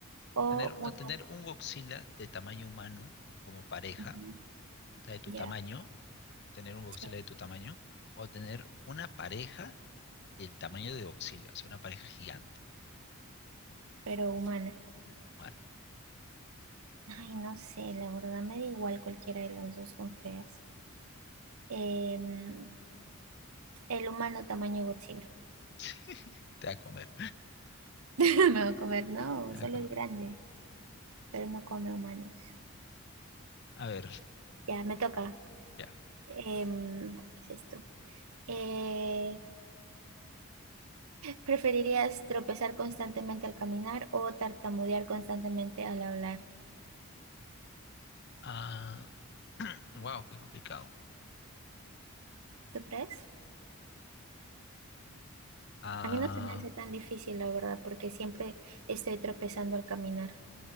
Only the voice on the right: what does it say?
O
una...
ujú,
Ya,
sí,
pero humana.
Ay, no sé, la verdad me da igual cualquiera de las dos son feas. Em, el humano tamaño Godzilla.
<laughs> Me va a comer, no,
solo
es grande, pero no come humanos.
Ya, me toca.
Em, ¿qué es esto? Eh, ¿preferirías tropezar constantemente al caminar o tartamudear constantemente al hablar?
¿Tú crees?
A mí no se me hace tan difícil, la verdad, porque siempre estoy tropezando al caminar.